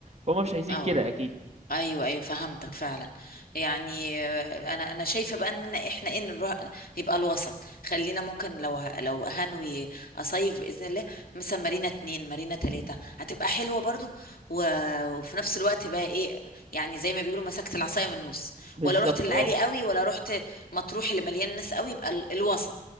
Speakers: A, on the right; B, on the left.
A: فهم مش عايزين
B: اه
A: كده اكيد
B: ايوه ايوه فهمتك فعلا يعني آه، انا انا شايفه بقى ان احنا ايه نروح يبقى الوسط خلينا ممكن لو ه- لو هنوي اصيف باذن الله مثلا مارينا اتنين مارينا تلاته هتبقى حلوه برضو و- وفي نفس الوقت بقى ايه يعني زي ما بيقولوا مسكت العصايه من النص
A: بالظبط
B: ولا رحت للعالي
A: اه
B: قوي ولا رحت مطروح اللي مليان ناس قوي يبقى ال- الوسط